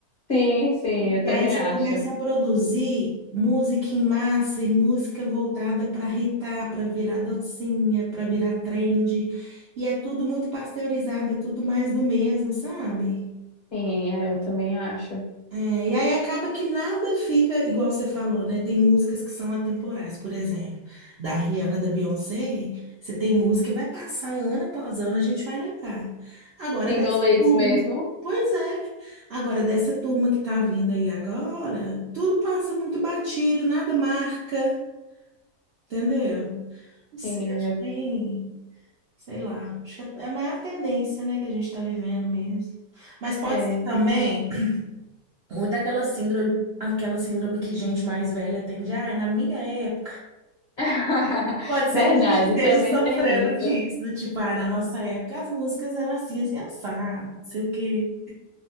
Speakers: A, on the left; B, on the right.
A: Sim, sim,
B: Porque
A: eu também
B: aí você
A: acho.
B: começa a produzir música em massa e música voltada para hitar, para virar dancinha, para virar trend. E é tudo muito pasteurizado, é tudo mais do mesmo, sabe?
A: Sim, é, eu também acho.
B: É, e aí acaba que nada fica igual você falou, né? Tem músicas que são atemporais, por exemplo, da Rihanna, da Beyoncé, você tem música que vai passar ano após ano, a gente vai lembrar. Agora
A: Single
B: dessa
A: Ladies
B: turma,
A: mesmo.
B: pois é, agora dessa turma que tá vindo aí agora, tudo passa muito batido, nada marca, entendeu? Não sei,
A: Sim,
B: acho
A: é.
B: que tem, sei lá, acho que é mais a tendência, né, que a gente tá vivendo mesmo. Mas pode
A: é.
B: ser também muito aquela síndrome, aquela síndrome que gente mais velha tem de, ah, na minha época.
A: <laughs>
B: Pode ser
A: Verdade,
B: que a gente esteja
A: também
B: sofrendo
A: tem isso.
B: disso, do tipo, ah, na nossa época as músicas eram assim, assim, assado, não sei o quê.